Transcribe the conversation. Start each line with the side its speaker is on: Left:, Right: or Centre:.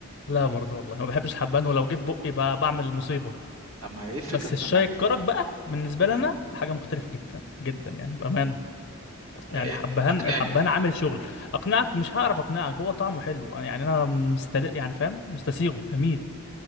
Left: لا برضه والله ما بحبش الحبان ولو جه في بقي بقى بعمل مصيبة
Right: طب ما هي ايه الفكره
Left: بس
Right: طب
Left: الشاي
Right: ما انت
Left: الكرك بقى بالنسبة لنا حاجة مختلفة جدا جدا يعني بأمانة
Right: طب إيه...
Left: يعني حبهان
Right: اقنعني
Left: الحبهان عامل شغل اقنعك مش هعرف اقنعك هو طعمه حلو أنا- يعني انا مستل يعني فاهم مستسيغه جميل